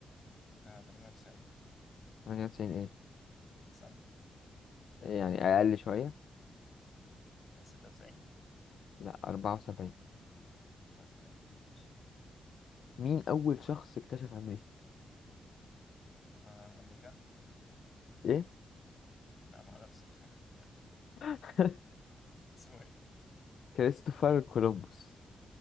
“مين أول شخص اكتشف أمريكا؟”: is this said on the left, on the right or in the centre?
Left